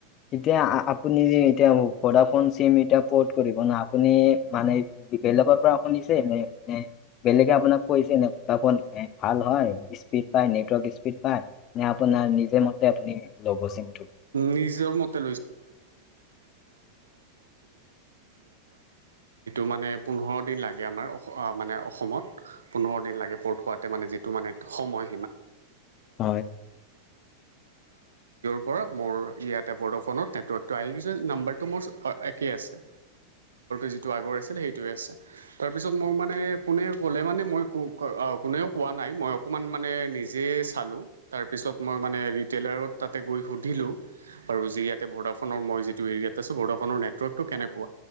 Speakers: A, on the left; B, on the right.
A: এতিয়া আপুনি যে এতিয়া ভোডাফোন চিম এতিয়া পৰ্ট কৰিব নহ আপুনি মানে বেলেগৰ পৰা শুনিছে নে? নে বেলেগে আপোনাক কৈছে নে, ভোডাফোন এ ভাল হয়। স্পীড পায় নেটৱৰ্ক স্পীড পায় নে আপোনাৰ নিজে মতে আপুনি ল'ব চিমটো
B: নিজৰ মতে ম পোন্ধৰ দিন লাগে আমাৰ মানে অসমত পোন্ধৰ দিন লাগে প'ৰ্ট খোৱাতে মানে যিটো মানে সময়
A: হয়
B: ভ ম পৰা মোৰ ইয়াতে বৰ্ড'ফনত নেটৱৰ্কটো আহিছে নাম্বাৰটো মোৰ একেই আছে যি আগৰ সেই তাৰপিছত ম মানেোলে মান ম অ কোনেও কোৱা নাই মই অকমান মানে নিজে চালো তাৰপিছত মই মানে ৰিটেইলাৰত তাতে গৈ সুধো ধিলো, আৰু যি ইয়াতে বৰ্ডাফোনৰ মই যিটো এৰিয়াাত আছো বৰ্ডাফনৰ নেটৱৰ্কটো কেনেকুৱা